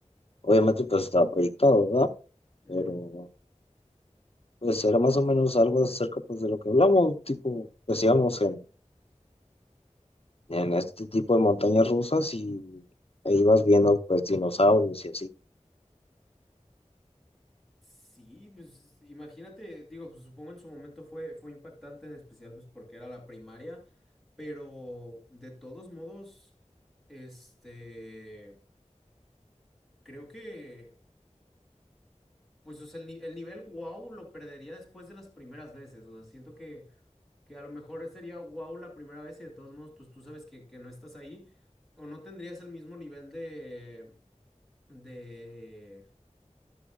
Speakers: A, on the left; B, in the centre.
A: obviamente pues estaba proyectado, ¿verdad?
B: Ujú.
A: Pero pues era más o menos algo acerca pues de lo que hablamos, tipo, decíamos en en este tipo de montañas rusas y ahí vas viendo pues dinosaurios y así.
B: Sí, pues imagínate, digo, pues, supongo en su momento fue, fue impactante, en especial pues porque era la primaria, pero de todos modos, este, creo que, pues o sea, el, ni- el nivel wow lo perdería después de las primeras veces, o sea, siento que, que a lo mejor sería wow la primera vez y de todos modos, pues tú sabes que, que no estás ahí, o no tendrías el mismo nivel de, de,